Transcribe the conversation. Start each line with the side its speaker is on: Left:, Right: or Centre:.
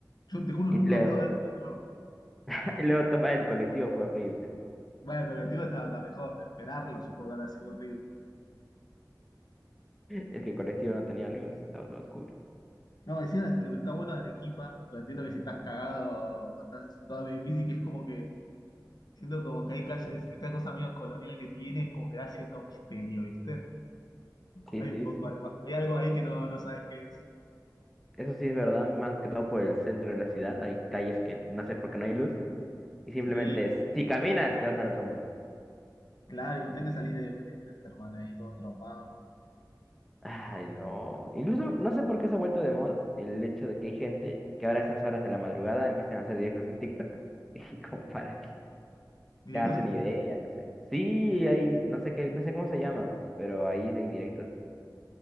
Left: Yo te juro,
Centre: Y
Left: nunca
Centre: luego,
Left: pude ver el otro.
Centre: <laughs> y luego tomar el colectivo fue horrible.
Left: Bueno, pero el tío está, está mejor, pero esperarlo supongo que habrá sido horrible.
Centre: Es que el colectivo no tenía luz, estaba todo oscuro.
Left: No, encima lo que está bueno de Arequipa, lo entiendo que si estás cagado o estás asustado es difícil, que es como que, siento como que hay calles, esta cosa medio colonial que tiene es como que da cierto misterio, ¿viste?
Centre: Sí,
Left: Hay
Centre: sí,
Left: un poco
Centre: sí.
Left: algo, hay algo ahí que no, no sabes qué es.
Centre: Eso sí es verdad, más que todo por el centro de la ciudad. Hay calles que no sé por qué no hay luz. Y simplemente,
Left: Sí,
Centre: es, si caminas, te vas al otro mundo.
Left: claro, imagínate salir de ver el Enderman ahí todo traumado.
Centre: Ay, no. Incluso no sé por qué se ha vuelto de moda el hecho de que hay gente que ahora a estas horas de la madrugada empiezan a hacer directos en TikTok. <laughs> Y como, ¿para qué?
Left: Directo
Centre: te hacen
Left: sentido.
Centre: idea, no sé. Sí, hay, no sé qué, no sé cómo se llaman, pero ahí hay directos.